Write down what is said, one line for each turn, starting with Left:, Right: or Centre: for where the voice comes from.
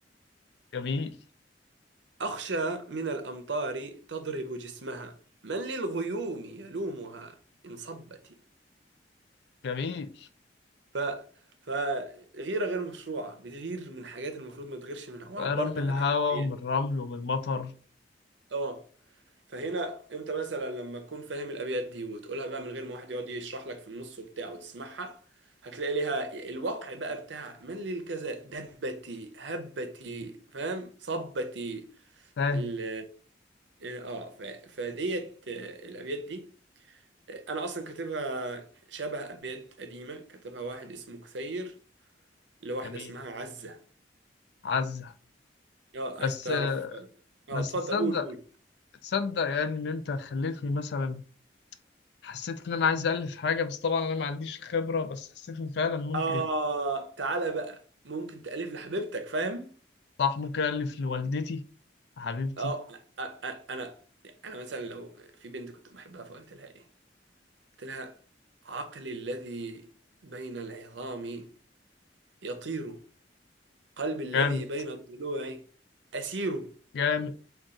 Left: جميل
Right: أخشى من الأمطار تضرب جسمها من للغيوم يلومها إن صبت
Left: جميل
Right: ف فغيره غير مشروعه بتغير من حاجات المفروض ما تغيرش منها وعبرت
Left: غيران من الهوى
Right: عنها بابيات
Left: ومن الرمل ومن المطر
Right: اه فهنا انت مثلا لما تكون فاهم الابيات دي وتقولها بقى من غير ما واحد يقعد يشرح لك في النص وبتاع وتسمعها هتلاقي ليها الوقع بقى بتاع من للكذا دبتي هبتي فاهم صبتي
Left: فاهم
Right: ال اه ف... فديت آه، الابيات دي انا اصلا كاتبها شبه ابيات قديمه كتبها واحد اسمه كثير لواحده
Left: جميل
Right: اسمها عزه
Left: عزة
Right: اه
Left: بس
Right: عايز تعرف اه
Left: بس
Right: اتفضل
Left: تصدق
Right: قول قول
Left: تصدق يعني ان انت خليتني مثلا حسيت ان انا عايز الف حاجه بس طبعا انا ما عنديش خبره بس حسيت ان فعلا ممكن
Right: اه تعالى بقى ممكن تألف لحبيبتك فاهم
Left: صح ممكن الف لوالدتي حبيبتي
Right: اه أ- أ- انا انا مثلا لو في بنت كنت بحبها فقلت لها ايه قلت لها عقلي الذي بين العظام يطير قلبي الذي
Left: جامد
Right: بين الضلوع أسير
Left: جامد